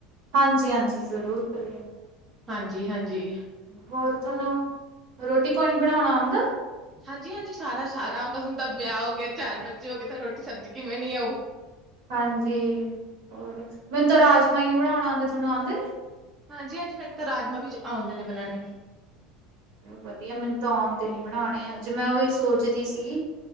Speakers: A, on the right; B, on the right.
A: ਹਾਂਜੀ ਹਾਂਜੀ ਜ਼ਰੂਰ ਕਰਿਓ
B: ਹਾਂਜੀ-ਹਾਂਜੀ।
A: ਹੋਰ ਤੁਹਾਨੂੰ ਰੋਟੀ ਪਾਣੀ ਬਣਾਉਣਾ ਆਉਂਦਾ?
B: ਹਾਂਜੀ-ਹਾਂਜੀ ਸਾਰਾ-ਸਾਰਾ ਹੁੰਦਾ ਹੁਣ ਤਾਂ ਵਿਆਹ ਹੋ ਗਿਆ ਚਾਰ ਬੱਚੇ ਹੋ ਗਏ ਤਾਂ ਰੋਟੀ ਸਬਜ਼ੀ ਕਿਵੇਂ ਨੀ ਆਊ
A: ਹਾਂਜੀ ਹੋਰ ਮੈਨੂੰ ਤਾਂ ਰਾਜਮਾ ਹੀ ਨਹੀ ਬਣਾਉਣ ਆਉਂਦੇ। ਤੁਹਾਨੂੰ ਆਉਂਦੇ ਨੇ?
B: ਹਾਂਜੀ-ਹਾਂਜੀ ਮੈਨੂੰ ਤਾਂ ਰਾਜਮਾਂ ਵੀ ਆਉਂਦੇ ਨੇ ਬਣਾਉਣੇ।
A: ਵਧੀਆ ਮੈਨੂੰ ਤਾਂ ਆਉ ਦੇ ਨੀ ਬਣਾਉਣੇ ਅੱਜ ਮੈਂ ਉਹੀ ਸੋਚਦੀ ਸੀ